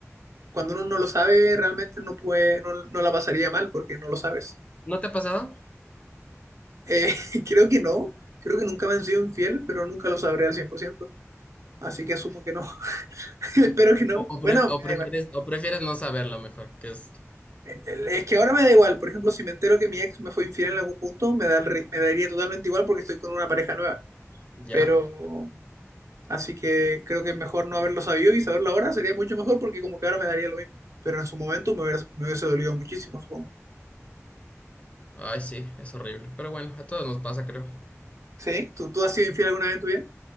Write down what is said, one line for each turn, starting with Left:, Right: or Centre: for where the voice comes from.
Right: cuando uno no lo sabe, realmente no puede, no, no la pasaría mal porque no lo sabes.
Left: ¿No te ha pasado?
Right: Eh, <laughs> creo que no, creo que nunca me han sido infiel, pero nunca lo sabré al cien por ciento así que asumo que no, <laughs> espero que no.
Left: O- ¿O,
Right: Bueno,
Left: pre- o
Right: me
Left: prefieres,
Right: da igual.
Left: o prefieres no saberlo mejor? Que es,
Right: Eh, eh, Es que ahora me da igual, por ejemplo, si me entero que mi ex me fue infiel en algún punto, me da, el ri- me daría totalmente igual porque estoy con una pareja nueva,
Left: ya.
Right: pero así que creo que mejor no haberlo sabido y saberlo ahora sería mucho mejor porque como que ahora me daría lo mismo, pero en su momento me hubiera- me hubiese dolido muchísimo, supongo.
Left: Ay, sí, es horrible. Pero bueno, a todos nos pasa, creo.
Right: ¿Sí? ¿Tú, tú has sido infiel alguna vez en tu vida?